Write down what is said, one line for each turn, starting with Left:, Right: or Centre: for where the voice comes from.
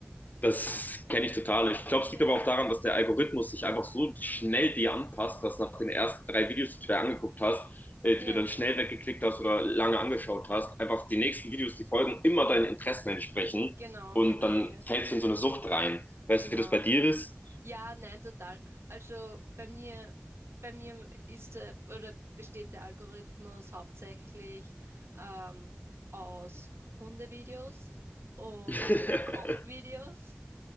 Left: Das kenne ich total. Ich glaube,
Right: Ja,
Left: es liegt aber auch daran, dass der Algorithmus sich einfach so schnell dir anpasst, dass nach den ersten drei Videos, die du dir angeguckt hast, äh,
Right: ja.
Left: die du dann schnell weggeklickt hast oder lange angeschaut hast, einfach die nächsten Videos, die folgen, immer deinen Interessen entsprechen
Right: Genau,
Left: und
Right: genau,
Left: dann
Right: ja.
Left: fällst du in so eine Sucht rein. Weißt
Right: Genau.
Left: du, wie das bei dir ist?
Right: Ja, nein, total. Also bei mir, bei mir ist der, oder besteht der Algorithmus hauptsächlich ähm, aus Hundevideos und
Left: <laughs>
Right: Kochvideos.